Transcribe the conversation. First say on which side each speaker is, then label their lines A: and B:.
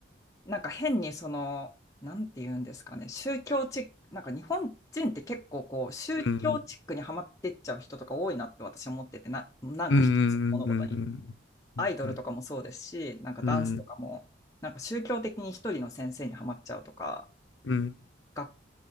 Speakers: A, on the left; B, on the left.
A: なんか変にその、なんて言うんですかね、宗教チック、なんか日本人って結構こう、宗教チックにはまってっちゃう人とか多いなって私は思ってて、
B: うん。
A: な、なんか一つの物事に。
B: うんうんうん
A: アイドルとかもそうですし、
B: うんうん
A: なんかダンスとかも、
B: うん
A: なんか宗教的に一人の先生にはまっちゃうとか、
B: うん
A: 学